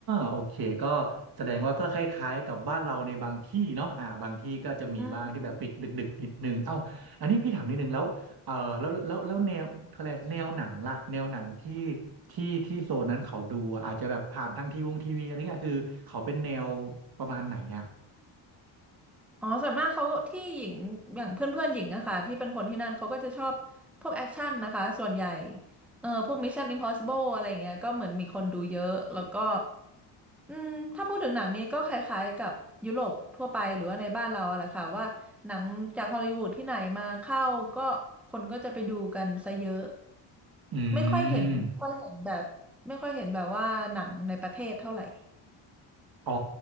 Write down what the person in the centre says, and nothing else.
อืม
อ๋อส่วนมากเขาที่หญิงอย่างเพื่อนเพื่อนหญิงอะค่ะที่เป็นคนที่นั่นเขาก็จะชอบพวกแอคชั่นนะคะส่วนใหญ่เออพวก Mission Impossible อะไรเงี้ยก็เหมือนมีคนดูเยอะแล้วก็อืมถ้าพูดถึงหนังนี้ก็คล้ายๆกับยุโรปทั่วไปหรือว่าในบ้านเราอะแหละค่ะว่าหนังจากฮอลลีวูดที่ไหนมาเข้าก็คนก็จะไปดูกันซะเยอะ
ไม่ค่อยเห็นไม่ค่อยเห็นแบบไม่ค่อยเห็นแบบว่าหนังในประเทศเท่าไหร่